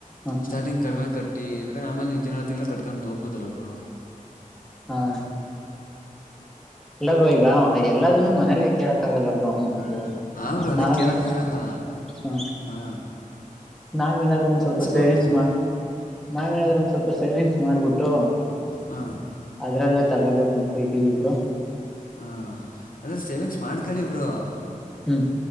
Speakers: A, in the centre; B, on the left.
A: ಹಾ ಹಾ
B: ಸ್ಟಾರ್ಟಿಂಗ್ ಕಡಿಮೆ ಕಟ್ಟಿದ್ರೆ ಆಮೇಲೆ ನೀವು ತಿಂಳು ತಿಂಗಳ ಕಟ್ಕೊು ಹೋಗ್ಬೋದಲ್ಲ ಅವರು
A: ಹಾ ಹಾ ಇಲ್ಲ ಬ್ರೋ ಈಗ ಎಲ್ಲದನ್ನು ಮನೆೇ ಕೇಳಕ್ಕಾಗಲ್ಲ ಬ್ರ ಅಮೌಂಟು
B: ಅವರು ಅದೇ
A: ನಾವೇ
B: ಕೇಳಕ್ ಆಗಲ್ಲ
A: ಹ
B: ಹಾ
A: ನಾವೇನಾದ್ರು ಒಂದ್ ಸ್ವಲ್ಪ ಸೇವಿಂಗ್ಸ್
B: ಹೋಗ್ತೀವಿ
A: ಮಾಡ ನಾವೇನಾದ್ ಒಂದ್ ಸ್ವಲ್ಪ ಸೇವಿಂಗ್ಸ್ ಮಾಡ್ಬಿಟ್ಟು
B: ಹಾ
A: ಅ್ರಲ್ಲ ತಗೋಬೇಕು ಅಂತ ಇದ್ದೀವಿ ಇಬ್ರು
B: ಹ ಅಂದ್ರೆ ಸೇವಿಂಗ್ಸ್ ಮಾಡ್ಕಳಿ ಬ್ರೋ
A: ಹ್ಮ್